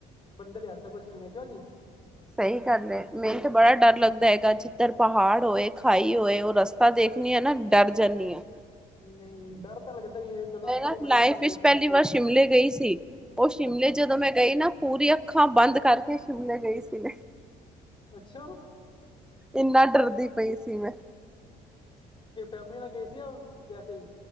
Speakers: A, on the left; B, in the centre.
A: ਬੰਦੇ ਦੇ ਹੱਥ ਕੁਛ ਵੀ ਦੇਖਿਓ ਜੀ
B: ਸਹੀ ਗੱਲ ਹੈ ਮੈਨੂੰ ਤੇ ਬੜਾ ਡਰ ਲੱਗਦਾ ਹੈਗਾ ਜਿੱਧਰ ਪਹਾੜ ਹੋਏ ਖਾਈ ਹੋਏ ਉਹ ਰਸ ਤਾਂ ਦੇਖਣੀ ਹਾਂ ਨਾ ਡਰ ਜਾਂਦੀ ਹਾਂ।
A: ਨਹੀਂ ਡਰ ਤਾਂ ਲੱਗਦਾ ਹੀ ਚਲੋ
B: ਮੈਂ
A: ਆਪਾਂ
B: ਨਾ
A: ਤਾਂ ਬਾਈਕ
B: ਲਾਈਫ
A: ਤੇ ਗਏ
B: ਵਿੱਚ
A: ਸੀ
B: ਪਹਿਲੀ ਵਾਰ ਸ਼ਿਮਲੇ ਗਈ ਸੀ ਉਹ ਸ਼ਿਮਲੇ
A: ਅੱਛਾ
B: ਜਦੋਂ ਮੈਂ ਗਈ ਨਾ ਪੂਰੀ ਅੱਖਾਂ ਬੰਦ ਕਰਕੇ ਸ਼ਿਮਲੇ ਗਈ ਸੀ।
A: ਅੱਛਾ।
B: ਇੰਨਾ ਡਰਦੀ ਪਈ ਸੀ ਮੈ।
A: ਕੇ ਫੈਮਿਲੀ ਨਾਲ ਗਏ ਸੀ ਯਾ ਵੈਸੇ ਈ।